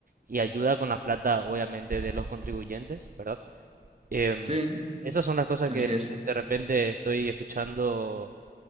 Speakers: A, on the right; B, on the right.
A: y ayuda con la plata obviamente de los contribuyentes, ¿verdad? Em,
B: Sí,
A: esas son las cosas
B: así
A: que
B: es.
A: de repente estoy escuchando